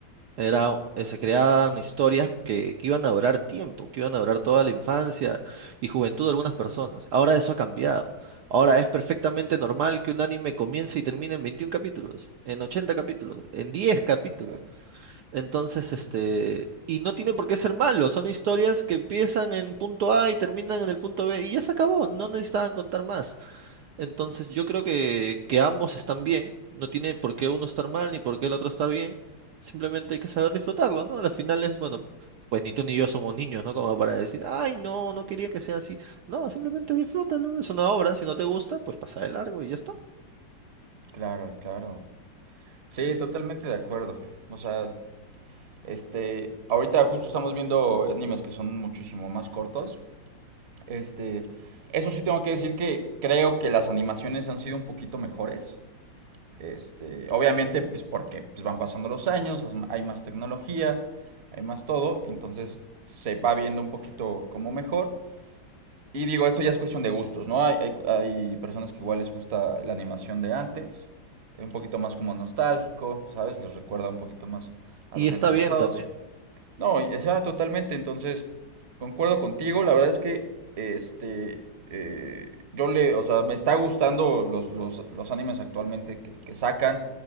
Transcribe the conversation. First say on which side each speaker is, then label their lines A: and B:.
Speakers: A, on the right (about 70°); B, on the right (about 45°).
A: Era, eh, se creaban
B: Ok,
A: historias que, que iban a durar tiempo, que iban a durar toda la infancia y juventud de algunas personas. Ahora eso ha cambiado. Ahora es perfectamente normal que un anime comience y termine en 21 capítulos, en 80 capítulos, en diez capítulos.
B: exacto.
A: Entonces, este, y no tiene por qué ser malo, son historias que empiezan en punto A y terminan en el punto B y ya se acabó, no necesitaban contar más. Entonces, yo creo que, que ambos están bien, no tiene por qué uno estar mal ni por qué el otro estar bien, simplemente hay que saber disfrutarlo, ¿no? Al final es, bueno, pues ni tú ni yo somos niños, ¿no? Como para decir, ay, no, no quería que sea así. No, simplemente disfrútalo, es una obra, si no te gusta, pues pasa de largo y ya está.
B: Claro, claro. Sí, totalmente de acuerdo. O sea, este, ahorita justo estamos viendo animes que son muchísimo más cortos. Este, eso sí tengo que decir que creo que las animaciones han sido un poquito mejores. Este, obviamente, pues porque pues, van pasando los años, hay más tecnología, hay más todo, entonces se va viendo un poquito como mejor. Y digo, eso ya es cuestión de gustos, ¿no? Hay, hay- hay personas que igual les gusta la animación de antes, eh, un poquito más como nostálgico, ¿sabes? Les recuerda un poquito más a
A: Y
B: los
A: está
B: años
A: bien
B: pasados.
A: también,
B: No, y- o sea, totalmente. Entonces, concuerdo contigo. La verdad es que este eh, yo le, o sea, me está gustando los, los, los animes actualmente que, que sacan.